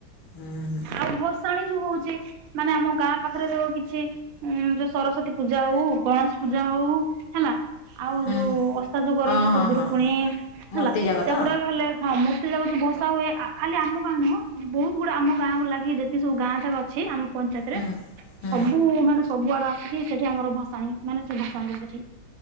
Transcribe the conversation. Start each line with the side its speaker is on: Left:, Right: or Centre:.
Left: ହୁଁ ହୁଁ
Right: ଆଉ ଭସାଣି ଯୋଉ ହଉଛି। ମାନେ ଆମ ଗାଁ ପାଖରେ ଯୋଉ କିଛି ଉ ଯୋଉ ସରସ୍ଵତୀ ପୂଜା ହଉ ଗଣେଶ ପୂଜା ହଉ। ହେଲା ଆଉ
Left: ହୁଁ
Right: ଯୋଉ
Left: ହୁଁ
Right: ଅସା ଯୋଉ କରନ୍ତି
Left: ହଁ
Right: ଖୁଦୁରୁକୁଣୀ
Left: ହଁ ହଁ
Right: ହେଲା
Left: ମୋତି ଯାକ
Right: ସେଗୁଡାକ
Left: ତ
Right: ହେଲେ। ହଁ ମୂର୍ତ୍ତି ଗୁଡା ଯୋଉ ଭସା ହୁଏ ଖାଲି ଆମ ଗାଁ ନୁହଁ ବହୁତ ଗୁଡା ଆମ ଗାଁକୁ ଲାଗି ଯେତିକି ସବୁ ଗାଁ ଯାକ ଅଛି ଆ ପଞ୍ଚାୟତରେ
Left: ହୁଁ ହୁଁ
Right: ସବୁ ମାନେ ସବୁଆଡେ ଆସିକି ସେଠି ଆମର ଭସାଣି ମାନେ ସେ ଭସାଣି ସେଠି